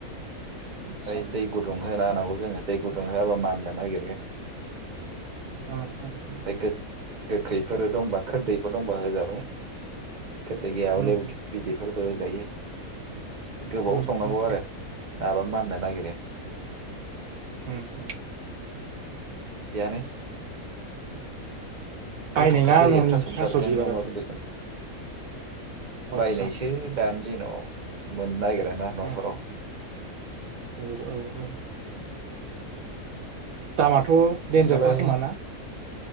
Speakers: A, on the right; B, on the right.
A: आदसा
B: ओमफ्राय दै गुदुं होना होनांगौ जोङो दै गुदुं होआबा माननो नागिरो
A: उम उम उम
B: ओमफ्राय गोखैफोर दंबा खोरदैफोर दंबा होजाबाय खोरदै गैयाबोला
A: उम
B: बिदैफोरबो होजायो गोबाव
A: उम
B: संनांगौ
A: उम
B: आरो नाबा माननो नागिरो।
A: उम उम
B: जिआनो
A: बायनाय
B: गोथावथार
A: ना
B: जायो
A: न'नि
B: थास'बारजों
A: थास' बिबारालाय
B: अमा बेदरजों
A: आदसा
B: बायनायसो दानो बिनि उनाव मोननो ना गिराना न'फोराव।
A: उम औ औ औ दामा थ' दडेनजारखा
B: नोंहालाय
A: खोमाना?